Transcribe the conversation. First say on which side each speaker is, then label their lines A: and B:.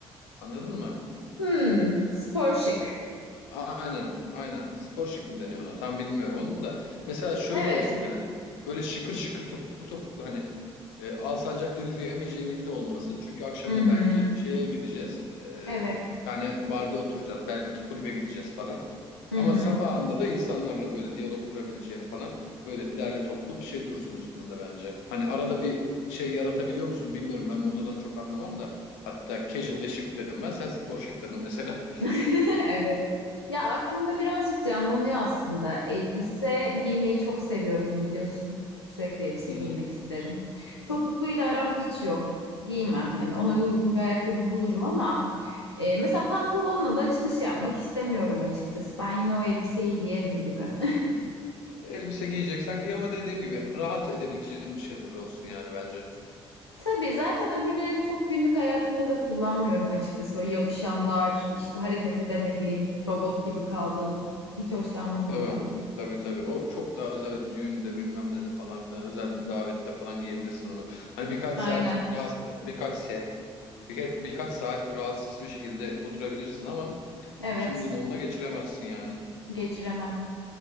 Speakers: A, on the left; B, on the left.
A: Anladın mı?
B: Hmm, spor şık.
A: Aynen, aynen. Spor şık mı deniyor ona? Tam bilmiyorum onu da. Mesela şöyle
B: Evet.
A: olsun yani. Böyle şıkır şıkır topuklu topuklu hani e, Alsancak'ta yürüyemeyeceğin gibi de olmasın. Çünkü akşamına
B: Hı hı.
A: belki şeye gideceğiz. E,
B: Evet.
A: bir tane barda oturacağız. Belki kulübe gideceğiz falan.
B: Hı
A: Ama
B: hı.
A: sabahında da insanlarla böyle diyalog kurabileceğim falan böyle derli toplu bir şey dursun üstünde bence. Hani arada bir şey yaratabiliyor musun bilmiyorum. Ben modadan çok anlamam da. Hatta casual ve şık dedim ben. Sen spor şık dedin mesela.
B: <laughs> Evet. Ya aklımda birazcık canlanıyor aslında. Elbise giymeyi çok seviyorum biliyorsun. Sürekli elbise
A: <laughs> Hı
B: giymek
A: hı.
B: isterim. Topukluyla aram hiç yok. Giymem. Hani ona uygun bir ayakkabı bulurum ama Ee, mesela pantolonla da açılış yapmak istemiyorum açıkçası. Ben yine o elbiseyi giyerim gibi. <laughs>
A: Elbise giyeceksen giy ama dediğim gibi rahat edebileceğim bir şeyler olsun yani bence.
B: Tabii zaten öbürlerini çok günlük hayatımda da kullanmıyorum açıkçası. Böyle yapışan dar, işte hareket edemediğin, robot gibi kaldığın. Hiç hoşlanmam
A: Tabii.
B: ondan.
A: Tabii tabii. O çok daha özel düğünde bilmem ne de falan filan özel bir davette falan giyebilirsin onu. Hani birkaç
B: Aynen.
A: saat rahatsız, birkaç saat birkaç, birkaç saat rahatsız bir şekilde oturabilirsin ama
B: Evet.
A: tüm gün onunla geçiremezsin yani.
B: Geçiremem.